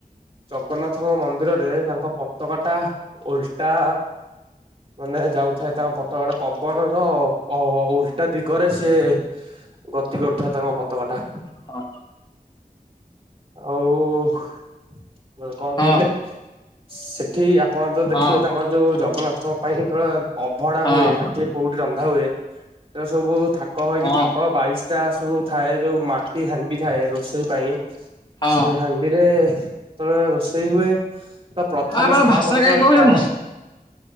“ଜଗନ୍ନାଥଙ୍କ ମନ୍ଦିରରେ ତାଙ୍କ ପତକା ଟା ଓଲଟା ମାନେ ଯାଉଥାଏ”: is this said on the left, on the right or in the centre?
Right